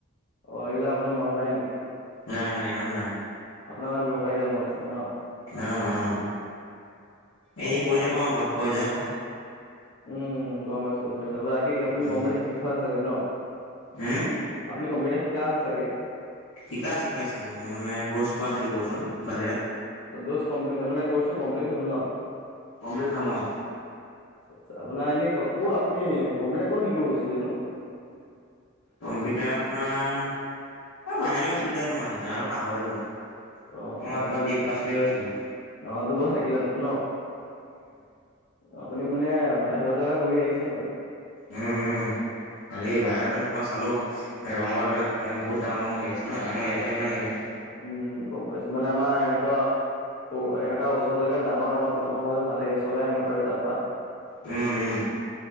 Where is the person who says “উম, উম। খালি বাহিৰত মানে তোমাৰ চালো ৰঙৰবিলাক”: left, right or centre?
Left